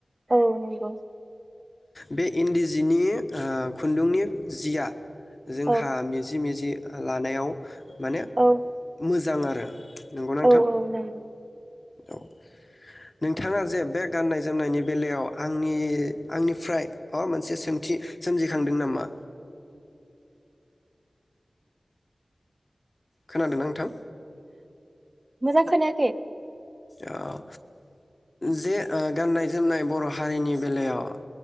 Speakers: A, on the right; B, on the left.
A: औ नंगौ
B: बे इन्दि जिनि ओ खुन्दुंनि जिया जोंहा
A: औ
B: मिजि मिजि लानायाव माने
A: औ
B: मोजां आ रो नोंगौ ना ओनथां।
A: औ नंगौ
B: औ नोंथाङा जे बे गाननाय जोमनायनि बेलायाव आंनि आंनिफ्राय माबा मोनसे सोंथि सोमजिखांदों नामा? खोनादों ना ओंथां?
A: मोजां खोनायाखै
B: आ जे ओ गाननाय जोमनाय बर' हारिनि बेलायाव